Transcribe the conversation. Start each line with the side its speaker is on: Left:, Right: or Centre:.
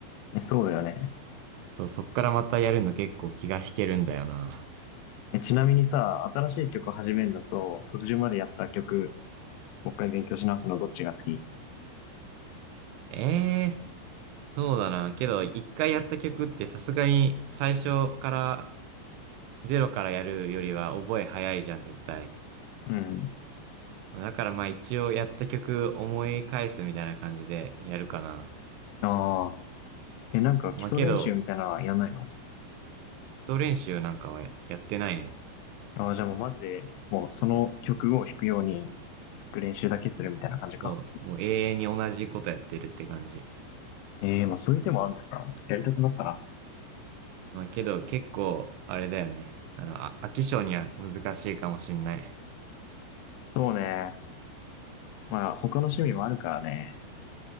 Left: え、そうだよね。
Right: そう、そっからまたやるの結構気が引けるんだよな。
Left: え、ちなみにさ、新しい曲始めるのと、途中までやった曲、もう一回勉強し直すのどっちが好き
Right: ええそうだな。けど、一回やった曲ってさすがに最初からゼロからやるよりは覚え早いじゃん、絶対。
Left: うん。
Right: だからまあ一応やった曲思い返すみたいな感じでやるかな。
Left: ああ。え、なんか基礎練習みたいなのはやんないの
Right: まあけど、基礎練習なんかはややってないね。
Left: ああじゃあもうマジで、もうその曲を弾くように、弾く練習だけするみたいな感じか。
Right: そう。もう永遠に同じことやってるって感じ。
Left: ええまあそういう手もあんのか。やりたくなったな。
Right: まあけど結構、あれだよね。あの、あ、飽き性には難しいかもしんない。
Left: そうね。まあ他の趣味もあるからね。